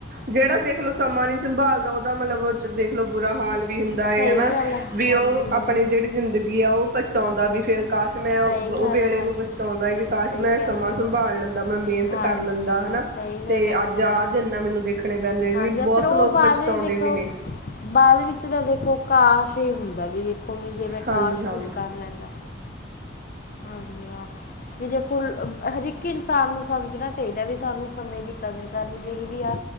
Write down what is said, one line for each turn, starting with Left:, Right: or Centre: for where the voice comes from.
Right: ਜਿਹੜਾ ਦੇਖਲੋ ਸਮਾਂ ਨੀ ਸੰਭਾਲਦਾ ਉਹਦਾ ਮਤਲਬ ਦੇਖਲੋ ਬੁਰਾ ਹਾਲ ਵੀ ਹੁੰਦਾ ਹੈ
Left: ਸਹੀ
Right: ਹਨਾ,
Left: ਗੱਲ ਹੈ,
Right: ਵੀ
Left: ਹਾਂਜੀ
Right: ਉਹ
Left: ਹਾਂ
Right: ਆਪਣੀ ਜਿਹੜੀ ਜ਼ਿੰਦਗੀ ਆ ਉਹ ਪਛਤਾਉਂਦਾ ਵੀ ਫਿਰ ਕਾਸ਼ ਮੈਂ
Left: ਸਹੀ
Right: ਉਹ
Left: ਗੱਲ
Right: ਵੇਲੇ
Left: ਹੈ, ਹਾਂਜੀ
Right: ਨੂੰ ਪਛਤਾਉਂਦਾ
Left: ਸਹੀ
Right: ਵੀ ਕਾਸ਼ ਮੈਂ
Left: ਗੱਲ
Right: ਸਮਾਂ
Left: ਹੈ ਮੈਡਮ
Right: ਸੰਭਾਲ
Left: ਹਾਂ।
Right: ਲੈਂਦਾ, ਮੈਂ ਮਿਹਨਤ
Left: ਹਾਂਜੀ
Right: ਕਰ ਲੈਂਦਾ
Left: ਹਾਂ
Right: ਹਨਾ।
Left: ਸਹੀ ਗੱਲ
Right: ਤੇ
Left: ਹੈ, ਹਾਂਜੀ
Right: ਅੱਜ ਆਹ
Left: ਹਾਂ
Right: ਦਿਨ ਨਾ, ਮੈਨੂੰ ਦੇਖਣੇ ਪੈਂਦੇ
Left: ਹਾਂਜੀ
Right: ਵੀ ਬਹੁਤ
Left: ਫਿਰ ਉਹ
Right: ਲੋਕ
Left: ਬਾਅਦ
Right: ਪਛਤਾਉਂਦੇ
Left: ਵਿੱਚ ਦੇਖੋ
Right: ਵੀ ਨੇ।
Left: ਬਾਅਦ ਵਿੱਚ ਤਾਂ ਦੇਖੋ ਕਾਸ਼, ਹੀ ਹੁੰਦਾ ਵੀ ਦੇਖੋ ਵੀ ਜਿਵੇਂ
Right: ਹਾਂਜੀ
Left: ਕਾਸ਼,
Right: ਹਾਂ
Left: ਕੁਛ ਕਰ ਲੈਂਦਾ। ਜਾਂ ਆ ਵੀ ਦੇਖੋ ਹਰ ਇੱਕ ਇਨਸਾਨ ਨੂੰ ਸਮਝਣਾ ਚਾਹੀਦਾ ਵੀ, ਸਾਨੂੰ ਸਮੇਂ ਦੀ ਕਦਰ ਕਰਨੀ ਚਾਹੀਦੀ ਆ।